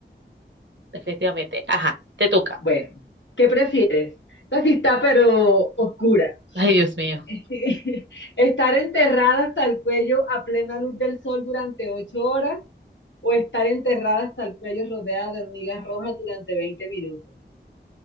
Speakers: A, on the right (about 75°); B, on the left (about 75°).
A: definitivamente. Ajá, te toca.
B: Bueno, ¿qué prefieres? Esta sí está, pero oscura.
A: Ay, Dios mío.
B: <laughs> ¿Estar enterrada hasta el cuello a plena luz del sol durante ocho horas o estar enterrada hasta el cuello rodeada de hormigas rojas durante 20 minutos?